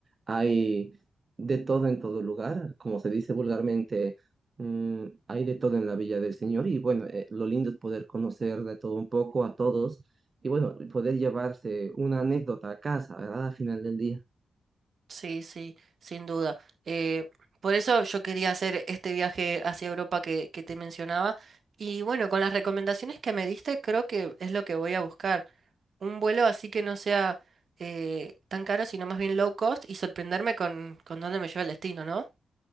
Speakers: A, on the right; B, on the right.
A: hay de todo en todo lugar. Como se dice vulgarmente, mm, hay de todo en la Villa del Señor. Y bueno, eh, lo lindo es poder conocer de todo un poco a todos y bueno, poder llevarse una anécdota a casa, ¿verdad? Al final del día.
B: Sí, sí, sin duda. Eh, por eso yo quería hacer este viaje hacia Europa que, que te mencionaba. Y bueno, con las recomendaciones que me diste, creo que es lo que voy a buscar. Un vuelo así que no sea eh, tan caro, sino más bien low cost y sorprenderme con, con dónde me lleva el destino, ¿no?